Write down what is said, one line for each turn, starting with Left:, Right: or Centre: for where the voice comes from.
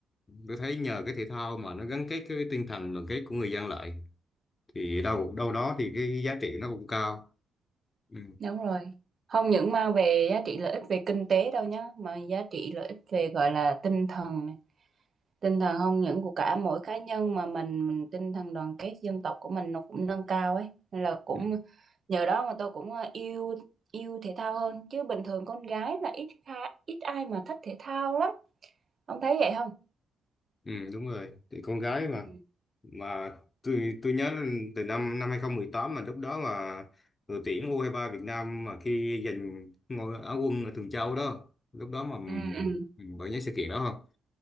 Left: tôi thấy nhờ cái thể thao mà nó gắn kết cái tinh thần đoàn kết của người dân lại thì đâu đâu đó thì cái giá trị nó cũng cao ừ.
Right: Đúng rồi. Không những mang về giá trị lợi ích về kinh tế đâu nhá, mà giá trị lợi ích về gọi là tinh thần này. Tinh thần không những của cả mỗi cá nhân mà mình, mình tinh thần đoàn kết dân tộc của mình nó cũng nâng cao ấy. Nên là cũng
Left: Ừ.
Right: nhờ đó mà tôi cũng ờ, yêu yêu thể thao hơn chứ bình thường con gái là ít kha, ít ai mà thích thể thao lắm. Ông thấy vậy không?
Left: ừ, đúng rồi thì con gái mà
Right: Ừ.
Left: mà tôi tôi nhớ là từ năm năm hai không một tám mà lúc đó mà đội tuyển u hai ba Việt Nam mà khi giành ngôi Á quân ở Thường Châu đó lúc đó mà
Right: Ừ, ừ.
Left: ừ, bạn nhớ sự kiện đó không